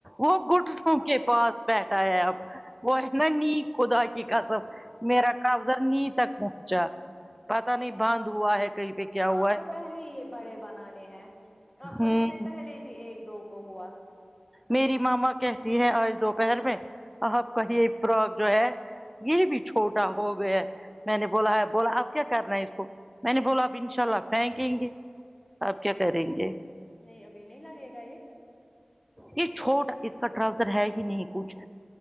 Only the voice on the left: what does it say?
آپ
کو
پہلے یہ بڑے بنانے ہیں آپ کو
اس سے پہلے بھی ایک دو کو ہوا
نہیں ابھی نہیں لگے گا یہ